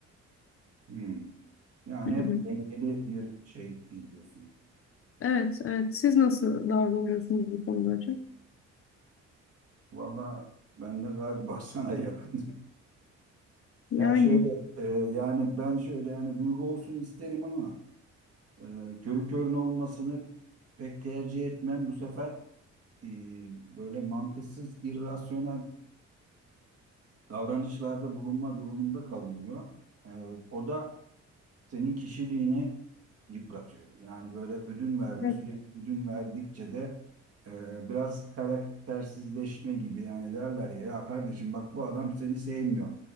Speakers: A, on the right; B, on the left.
A: Hmm. Yani
B: Hı
A: hep
B: hı.
A: dengeli bir şey izliyorsun.
B: Evet, evet. Siz nasıl davranıyorsunuz bu konuda hocam?
A: Valla ben de galiba <laughs> sana yakın.
B: Yani
A: Ya şöyle e, yani ben şöyle yani duygu olsun isterim ama e, körü körüne olmasını pek tercih etmem. Bu sefer e, böyle mantıksız, irrasyonel davranışlarda bulunma durumunda kalınıyor. E, o da senin kişiliğini yıpratıyor. Yani böyle ödün verme,
B: evet.
A: sürekli ödün verdikçe de e, biraz karaktersizleşme gibi yani derler ya, ya kardeşim bak bu adam seni sevmiyor.